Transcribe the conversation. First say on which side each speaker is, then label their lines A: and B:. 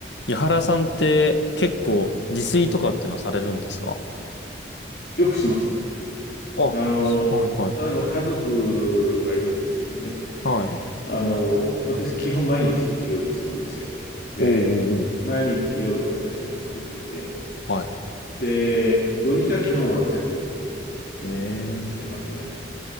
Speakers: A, on the left (about 80°); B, on the left (about 55°).
A: 井原さんって結構自炊とかってのはされるんですか
B: よくします。
A: あ、はいはい。
B: あの、例えば家族がいるんですけどね。
A: はい。
B: あの、私基本毎日料理するんですよ。で、
A: おうおうおう。
B: 毎日夜は私が作ってて、
A: はい。
B: で、土日は基本私は全部作る形にしてますね。
A: ええ、